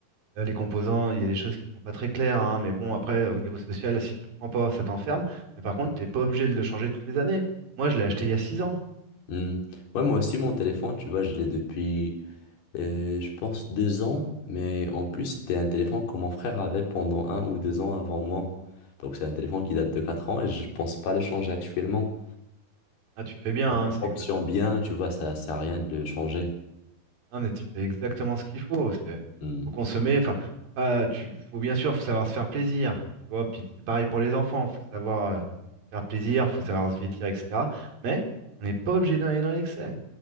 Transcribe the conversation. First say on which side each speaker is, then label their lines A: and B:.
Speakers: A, on the right; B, on the left.
A: euh, les composants, il y a des choses qui sont pas très claires. hein, mais bon, après, au niveau social, si tu le prends pas, ça t'enferme. Mais par contre, t'es pas obligé de le changer toutes les années. Moi, je l'ai acheté il y a six ans.
B: Hmm. Ouais, moi aussi, mon téléphone, tu vois, je l'ai depuis, euh, je pense, deux ans. Mais en plus, c'était un téléphone que mon frère avait pendant un ou deux ans avant moi. Donc, c'est un téléphone qui date de quatre ans et je pense pas le changer actuellement.
A: Ah, tu fais bien,
B: Quand
A: hein,
B: il
A: c'est
B: fonctionne
A: exa-
B: bien, tu vois, ça sert à rien de le changer.
A: Non, mais tu fais exactement ce qu'il faut. C'est,
B: Hmm.
A: faut consommer. Enfin, pas, tu, faut bien sûr, faut savoir se faire plaisir. Tu vois, puis c'est pareil pour les enfants. Faut savoir euh, faire plaisir, faut savoir se vêtir, etc. Mais on n'est pas obligé d'aller dans l'excès.